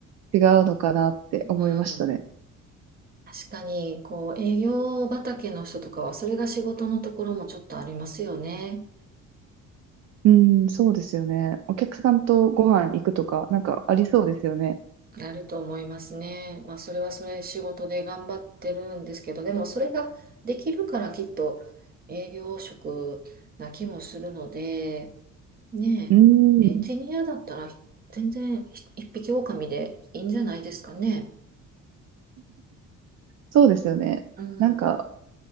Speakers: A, on the right; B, on the right.
A: 違うのかなって思いましたね。
B: うん確かに、こう、営業畑の人とかは、それが仕事のところもちょっとありますよね。
A: うん、そうですよね。お客さんとご飯行くとか、なんかありそうですよね。
B: なると思いますね。まあ、それはそれ仕事で頑張ってるんですけど、でもそれができるからきっと営業職な気もするので、ねえ、
A: うん、
B: エンジニアだったら全然ひ一匹狼でいいんじゃないですかね。
A: そうですよね。
B: うん。
A: なんか、